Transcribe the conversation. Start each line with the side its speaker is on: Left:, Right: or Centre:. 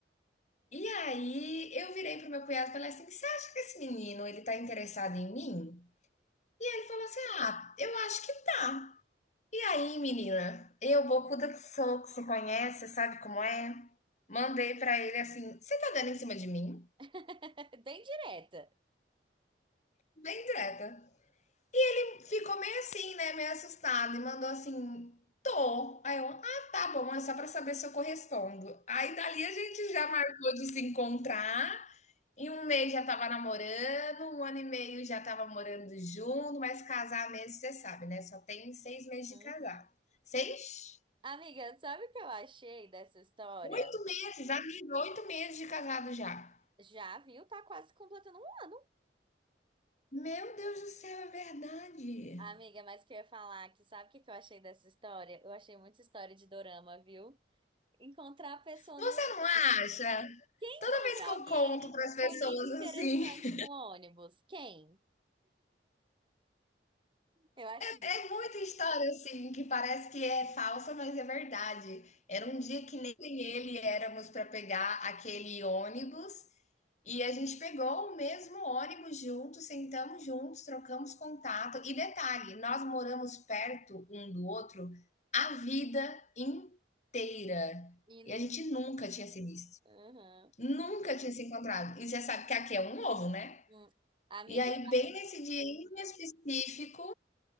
Left: E aí eu virei pro meu cunhado e falei assim: "Você acha que esse menino ele tá interessado em mim?" E ele falou assim: "Ah, eu acho que tá". E aí, menina, eu bocuda que sou, que você conhece, sabe como é? Mandei pra ele assim: "Você tá dando em cima de mim?"
Right: <laughs> Bem direta.
Left: Bem direta. Ficou meio assim, né? Meio assustada e mandou assim: tô. Aí eu, ah, tá bom, é só pra saber se eu correspondo. Aí dali a gente já marcou de se encontrar. Em um mês já tava namorando, um ano e meio já tava morando junto, mas casar mesmo, você sabe, né? Só tem seis meses
Right: Uhum.
Left: de casado. Seis?
Right: Amiga, sabe o que eu achei dessa história?
Left: Oito meses, amiga, oito meses de casado já.
Right: Já viu? Tá quase completando um ano.
Left: Meu Deus do céu, é verdade.
Right: Amiga, mas que eu ia falar que sabe o que que eu achei dessa história? Eu achei muita história de dorama, viu? Encontrar a pessoa
Left: Você
Right: no
Left: não
Right: ônibus.
Left: acha?
Right: Encontrar
Left: Toda vez que eu
Right: alguém
Left: conto para as pessoas
Right: bonito e interessante
Left: assim,
Right: no ônibus. Quem? Eu achei.
Left: É muita história, assim, que parece que é falsa, mas é verdade. Era um dia que nem ele éramos para pegar aquele ônibus e a gente pegou o mesmo ônibus juntos, sentamos juntos, trocamos contato. E detalhe, nós moramos perto um do outro a vida inteira.
Right: E não.
Left: E a gente nunca tinha se visto.
Right: Uhum.
Left: Nunca tinha se encontrado. E você sabe que aqui é um ovo, né?
Right: Hum. Amiga,
Left: E aí, bem nesse dia em específico,